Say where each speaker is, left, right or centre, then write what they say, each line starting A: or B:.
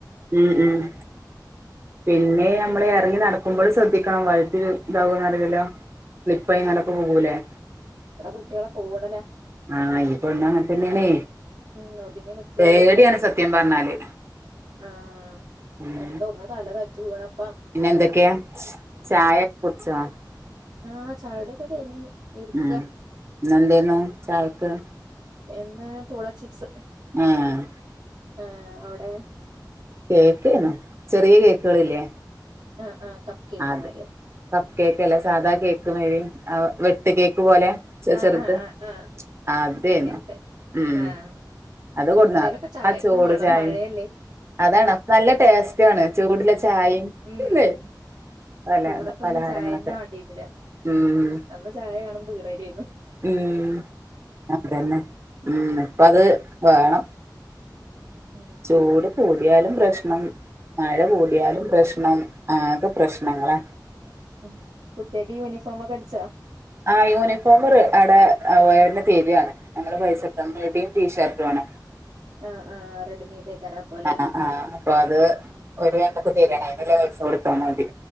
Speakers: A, on the right; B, on the right.
A: മ്ം മ്ം പിന്നെ ഞമ്മള് എറങ്ങി നടക്കുമ്പൊഴും ശ്രദ്ധിക്കണം. വഴുതില് ന്താകോന്ന് അറിയില്ല. സ്ലിപ്പായിനടക്കുമ്പോ പോവില്ലേ?
B: ഇവടെ കുട്ടികള കൂടലാ.
A: ആ ഈപ്പോഴ്ന്ന <unintelligible> തന്നെയാണേ
B: ഉം ഒതുങ്ങി നിക്കേല്ല
A: പേടി‌യാണ് സത്യം പറഞ്ഞാല്.
B: ആഹ്
A: ഉം
B: എന്തോ ഒന്ന് കാൽ അല്ലാതെ കചൂണം
A: പിന്നെ എന്തൊക്കെയാ ചായക്കെ കുടിച്ചാ
B: ആഹ് ചായുടിക്കെ കഴിഞ്ഞ് ഇരിക്കാ
A: ഉം ന്ന് എന്തേനു ചായക്ക്
B: എന്ന് പൂള ചിപ്സ്
A: ആഹ്
B: ആഹ് അവ്ടെ
A: കേക്ക്ന്നാ ചെറിയ കേക്കുകളില്ലേ
B: ആഹ് ആഹ് കപ്പ് കേക്ക്
A: അതെ
B: മാരിയോ
A: കപ്പ് കേക്ക് അല്ല സാധാ കേക്ക് മാരി ആ വെട്ട് കേക്ക് പോലെ
B: ആഹ്
A: ചെറുത്
B: ആഹ് ആഹ് ആഹ്
A: അതേന്നു
B: അങ്ങനത്തെ
A: ഉം
B: ആഹ്
A: അത് കൊട്ന്ന
B: എന്തേലൊക്കെ ചായക്കും
A: ആഹ് ചൂട്
B: വേണം
A: ചായയും
B: മഴയല്ലേ
A: അതാണ് അതു നല്ല ടേസ്റ്റിണ് ചൂടുള്ള ചായയും
B: ഉം
A: ഇല്ലേ പല
B: ചൂടത്തൊന്നും
A: പലഹാരങ്ങളൊക്കെ
B: ചായെന്നെ വാണ്ടീര്ന്ന്ല
A: ഉം
B: അന്ന് ചായ കാണ് മ്പ ഈറെ ഗെയ്മ്
A: ഉം അത്രന്നെ ഉം ഇപ്പത് വേണം
B: ഉം
A: ചൂട് പോയ്‌ എയാലും പ്രശ്നം മഴ കൂടിയാലും പ്രശ്നം ആകെ പ്രശ്നങ്ങളാ
B: ഉം കുട്യക്ക് യൂണിഫോമ ഒക്കെ എടു ച്ചാ
A: ആ യൂണിഫോമോര് അട അളവിന്റ തിയ്യതിയാണ് ഞമ്മളെ പൈസടുത്തെ മെടിയും ടീഷർട്ടുമാണ്
B: ആ ആ റെഡിമെയ്ഡ് കരാ പോലെ
A: ആ ആ അപ്പൊ അത്
B: ഉം
A: ഒരു എൻ ശരിയാണ് അതിനുള്ള പൈസ കൊടുത്താ മതി